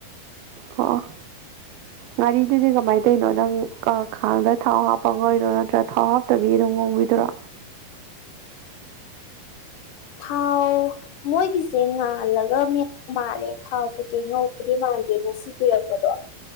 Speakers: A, on the right (about 80°); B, on the left (about 65°).
A: ꯑꯣ
B: <inaudible>
A: ꯉꯥꯔꯤꯗꯨꯗꯤ ꯀꯃꯥꯏꯅ ꯇꯧꯔꯤꯅꯣ ꯅꯪ ꯈꯥꯡꯗ ꯊꯥꯎ ꯍꯥꯞꯄ ꯉ ꯑꯣꯏꯔꯣ ꯅꯠꯇ꯭ꯔꯒ ꯊꯥꯎ ꯍꯥꯞꯇꯕꯤ ꯑꯗꯨꯝ ꯉꯧꯕꯤꯗꯣꯏꯔꯣ
B: ꯊꯥꯎ ꯃꯣꯏꯒꯤꯁꯦ ꯉꯥꯜꯂꯒ ꯃ ꯃꯥꯜꯂꯦ ꯊꯥꯎ ꯀꯩꯀꯩ ꯉꯧꯕꯗꯤ ꯃꯥꯟꯗꯦ ꯉꯁꯤ ꯄꯤꯔꯛꯄꯗꯣ